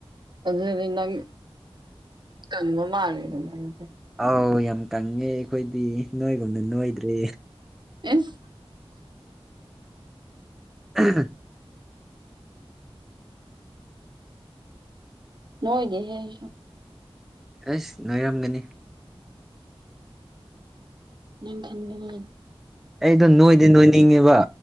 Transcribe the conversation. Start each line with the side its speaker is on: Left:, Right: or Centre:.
Right: ꯑꯗꯨꯗꯤ ꯅꯪ ꯀꯪꯕ ꯃꯥꯜꯂꯦꯗꯅ ꯗꯨꯗꯤ ꯫
Centre: ꯑꯧ ꯌꯥꯝ ꯀꯪꯉꯦ ꯑꯩꯈꯣꯏꯗꯤ ꯅꯣꯏꯒꯨꯝꯅ ꯅꯣꯏꯗ꯭ꯔꯦ
Right: ꯏꯁ
Centre: ꯎꯝ
Right: ꯅꯣꯏꯗꯦꯍꯦ ꯑꯩꯁꯨ
Centre: ꯑꯦꯁ ꯅꯣꯏꯔꯝꯒꯅꯤ
Right: ꯅꯨꯡꯊꯤꯟꯗꯔꯦ
Centre: ꯑꯩꯗꯣ ꯅꯣꯏꯗꯤ ꯅꯣꯏꯅꯤꯡꯉꯦꯕ